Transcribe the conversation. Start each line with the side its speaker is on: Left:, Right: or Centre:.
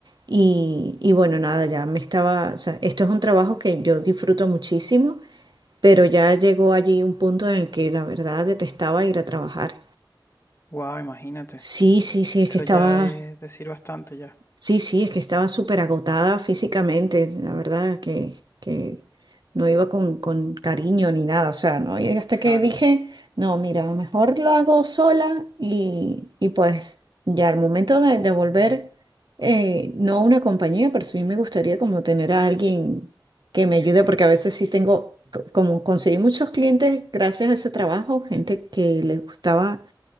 Right: Y, y bueno, nada, ya me estaba, o sea, esto es un trabajo que yo disfruto muchísimo, pero ya llegó allí un punto en el que la verdad detestaba ir a trabajar.
Left: Wow, imagínate.
Right: Sí, sí, sí, es
Left: Eso
Right: que estaba,
Left: ya es decir bastante ya.
Right: sí, sí, es que estaba súper agotada físicamente, la verdad que, que no iba con, con cariño ni nada, o sea, ¿no? Y hasta
Left: Claro.
Right: que dije, no, mira, mejor lo hago sola y, y pues ya al momento de, de volver, eh, no una compañía, pero sí me gustaría como tener a alguien que me ayude, porque a veces sí tengo, co- como conseguí muchos clientes gracias a ese trabajo, gente que les gustaba